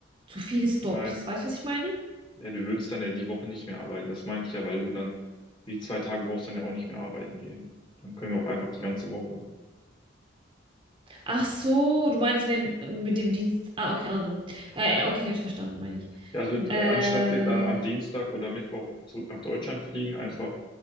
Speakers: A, on the right; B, on the left.
A: zu viele Stops.
B: nein.
A: Weißt du, was ich meine?
B: Ja, du würdest dann ja die Woche nicht mehr arbeiten. Das meinte ich ja, weil du dann die zwei Tage brauchst dann ja auch nicht mehr arbeiten gehen. Dann können wir auch einfach die ganze Woche.
A: Ach so, du meinst, wenn mit dem Dienst. Ah, okay, also. Äh, okay, ich hab's verstanden, meine ich.
B: Ja, also d-
A: Äh,
B: anstatt sie dann am
A: äh,
B: Dienstag oder Mittwoch zurück nach Deutschland fliegen, einfach